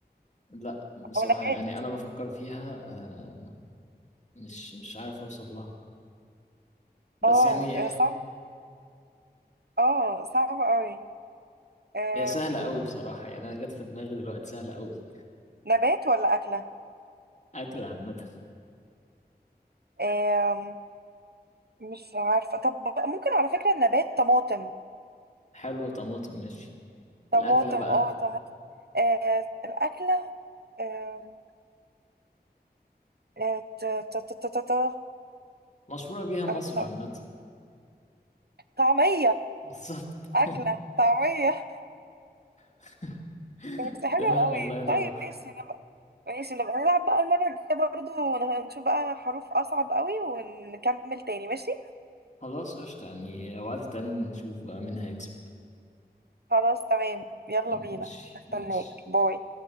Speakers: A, on the left (about 45°); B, on the right (about 70°).
A: لا بصراحة
B: أو نبات
A: يعني أنا بفكر فيها آه، مش مش عارف أوصل لها بس
B: اه
A: يعني آه،
B: صعب اه صعب قوي آم،
A: هي سهلة أوي بصراحة يعني أنا جت في دماغي دلوقتي سهلة أوي
B: نبات ولا أكلة
A: أكلة عامة
B: آم، مش عارفة طب ممكن على فكرة النبات طماطم
A: حلو طماطم ماشي
B: طماطم
A: الأكلة بقى
B: اه طماطم آه، الأكلة آم، آه، ت- ت- ت- ت- ت- ت-
A: مشهورة بيها مصر
B: أنا كنت
A: عامة
B: طعمية
A: بالظبط
B: أكلة طعمية
A: <laughs>
B: بس حلوة
A: تمام
B: قوي
A: الله ينور
B: طيب ماشي نبقى ماشي نبقى نلعب بقى المرة الجاية برضو ون- نشوف بقى حروف أصعب قوي ونكمل تاني ماشي
A: خلاص قشطة يعني وقت تاني نشوف بقى مين هيكسب
B: خلاص تمام يلا
A: ماشي
B: بينا استناك
A: ماشي
B: باي